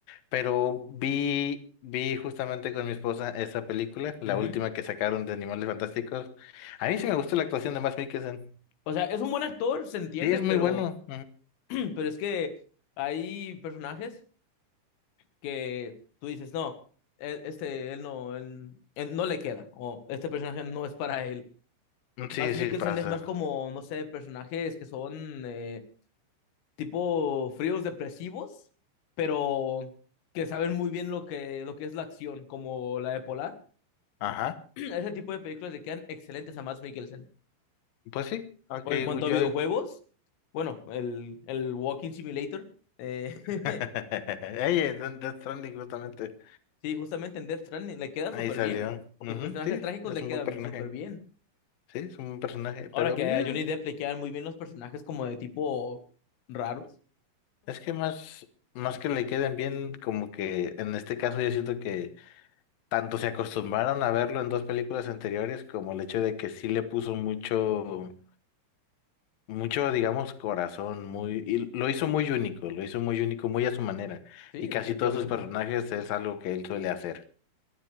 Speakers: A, on the left; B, on the left.
A: Pero vi, vi justamente con mi esposa esa película, la
B: Ujú.
A: última que sacaron de Animales Fantásticos. A mí sí me gustó la actuación de Mads Mikkelsen.
B: O sea, es un buen actor, se entiende,
A: Sí, es
B: pero,
A: muy bueno.
B: <clears throat> pero es que hay personajes que tú dices, no, e- este, él no, él, él no le queda, o este personaje no es para él.
A: ujú. Sí,
B: Más
A: sí,
B: Mikkelsen
A: pasa.
B: es más como, no sé, personajes que son eh, tipo fríos depresivos, pero que saben muy bien lo que, lo que es la acción, como la de Polar.
A: Ajá.
B: <clears throat> Ese tipo de películas le quedan excelentes a Mads Mikkelsen.
A: Pues sí, ok,
B: O en cuanto a
A: yo...
B: videojuegos,
A: <laughs>
B: bueno, el, el Walking Simulator. Eh,
A: Ey,
B: <laughs>
A: es de- Death Stranding justamente.
B: Sí, justamente en Death Stranding le queda
A: Ahí
B: súper
A: salió.
B: bien.
A: Ujú,
B: Los personajes
A: Sí,
B: trágicos
A: es
B: le
A: un
B: quedan
A: buen personaje.
B: súper bien.
A: Sí, es un buen personaje. Pero
B: Ahora que a
A: yo,
B: Johnny Depp le quedan muy bien los personajes como de tipo raros.
A: es que más, más que le queden bien, como que en este caso yo siento que tanto se acostumbraron a verlo en dos películas anteriores como el hecho de que sí le puso mucho. mucho, digamos, corazón, muy, y lo hizo muy único, lo hizo muy único, muy a su manera.
B: Sí,
A: Y
B: definitivamente.
A: casi todos sus personajes es algo que él suele hacer.